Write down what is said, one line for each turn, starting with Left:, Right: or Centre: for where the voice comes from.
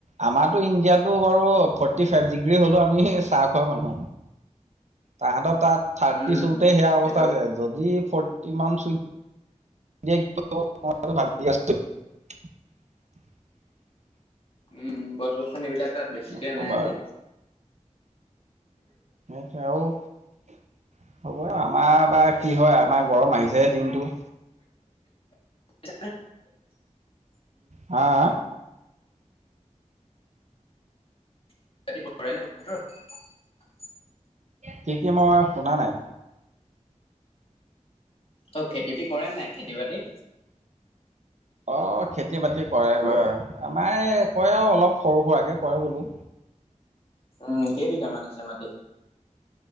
Right: আমাৰো ইণ্ডিয়াতো বাৰু ফৰ্টি ফাইভ ডিগ্ৰী হ'লও আমি চাহ খোৱা মানুহ তাহাঁতৰ তাত থাৰ্টি
Left: উম
Right: চোতে সেয়া অৱস্থা
Left: সেইটো
Right: আ যদি ফৰ্টি মান চুই <unintelligible>
Left: উম গছ গছন এইবিলাক ত বেছিকে
Right: নকবা
Left: নাই যে।
Right: সেই <unintelligible> হ'ব আৰু আমাৰ বা কি হয় আমাৰ গৰম আহিছেহে দিনটো
Left: <unintelligible>
Right: হা, আ
Left: <unintelligible>
Right: কি, কি মই শুনা নাই।
Left: অ খেতি বাতি কৰে নাই খেতি বাতি।
Right: অ খেতি বাতি কৰে
Left: হেল্ল'
Right: কৰে আমাৰ এই কয় আৰু অলপ সৰু সুৰাকে কয় বোলো।
Left: উম কেইবিঘামান আছে মাটি?